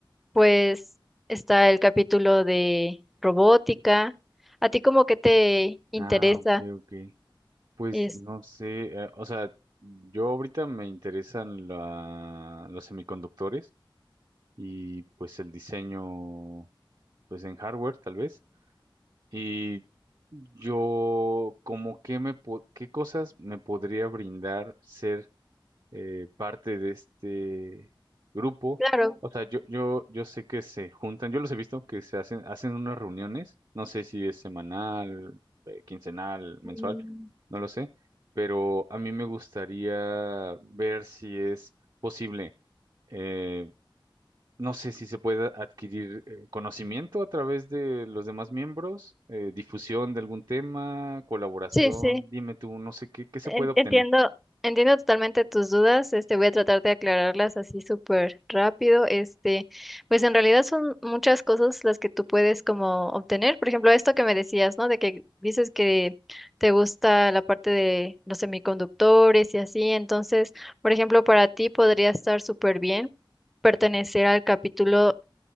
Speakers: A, in the centre; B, on the right.
A: pues está el capítulo de robótica. ¿A ti como que te interesa?
B: Ah, ok, ok. Pues
A: Es,
B: no sé, eh, o sea, yo ahorita me interesan la- los semiconductores y pues el diseño, pues en hardware tal vez. Y yo como que me, po- qué cosas me podría brindar ser eh, parte de este grupo.
A: claro.
B: O sea, yo, yo, yo sé que se juntan, yo los he visto que se hacen, hacen unas reuniones, no sé si es semanal, eh, quincenal, mensual,
A: Mm,
B: no lo sé, pero a mí me gustaría ver si es posible, eh, no sé si se puede adquirir eh, conocimiento a través de los demás miembros, eh, difusión de algún tema, colaboración,
A: Sí, sí.
B: dime tú, no sé qué, qué se
A: En-
B: puede obtener.
A: Entiendo, entiendo totalmente tus dudas. Este, voy a tratar de aclararlas así súper rápido. Este, pues en realidad son muchas cosas las que tú puedes como obtener. Por ejemplo, esto que me decías, ¿no? De que dices que te gusta la parte de los semiconductores y así. Entonces, por ejemplo, para ti podría estar súper bien pertenecer al capítulo,